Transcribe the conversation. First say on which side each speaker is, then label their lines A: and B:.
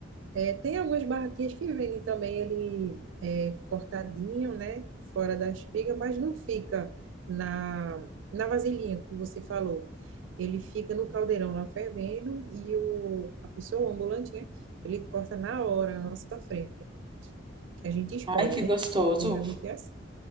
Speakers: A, on the right (about 75°); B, on the right (about 25°).
A: É, tem algumas barraquinhas que vendem também ele é, cortadinho, né? Fora da espiga, mas não fica na, na vasilhinha, como você falou. Ele fica no caldeirão lá fervendo e o, a pessoa, o ambulante, né? Ele corta na hora, na nossa frente, que a gente escolhe,
B: Ai, que
A: né?
B: gostoso.
A: Geralmente é assim.